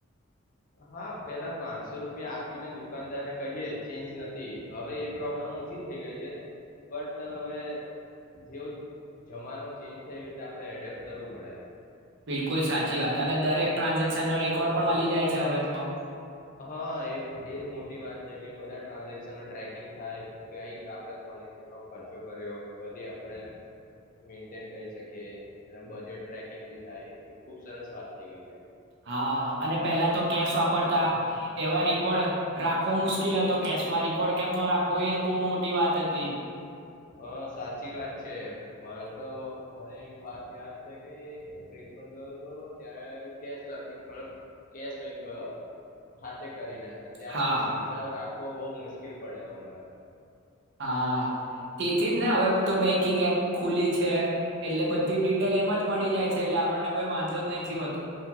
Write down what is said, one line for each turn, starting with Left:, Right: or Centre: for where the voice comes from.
Left: હા. પેલા પાંચસો રૂપિયા આપી ને દુ કાનદાર ને કહીએ ચેન્જ નથી હવે એ પ્રોબ્લેમ ઓછી થઈ ગઈ છે બટ હવે જેવુ જમાનો ચેન્જ થય રીતે આપણે એડેપ્ટ કરવું પડે.
Right: બિલકુલ સાચી વાત અને દરેક ટ્રાન્ઝેક્શન નો રેકોર્ડ પણ મલી જાય છે હવે તો
Left: હા, એ એજ મોટી વાત છે કે બધા ટ્રાન્ઝક સન નો ટકિંગ થાય કક આપડે કોને કેટલો ખર્ચો કર્યો બધી આપડણે મેન્ટેન કરી શકીએ એ બજેટ ટ્રેકિંગ બી થાય એ ખુબ સરસ વાત થઈ ગઈ છે.
Right: હા અને પેલા તો કેશ વાપરતા એવા રિકર્ડ રાખવો મુશ્કેલ હતો કેશમાં રિકર્ડ કેમનો રાખવો એજ બહુ મોટી વાત હતી.
Left: હા સાચી વાત છે. માર તો મને એક વાત યાદ છે કે હું ટ્રીપ પર ગયો હતો ત્યારે હું કેશ લથી કેશ લઈને ગયો હાથે કરીને. ત્યારે
Right: હા
Left: મને હિસાબ રાખવો બહુ મુશ્કેલ પડેલો મને.
Right: હા, તેથી જ ને હવે તો બેંકિંગ એપ ખુલી છે એટલે બધી ડિટેલ એમ જ મળી જાય છે એટલે આપ પણને કોઈ વાંધો જ નહીં થી હો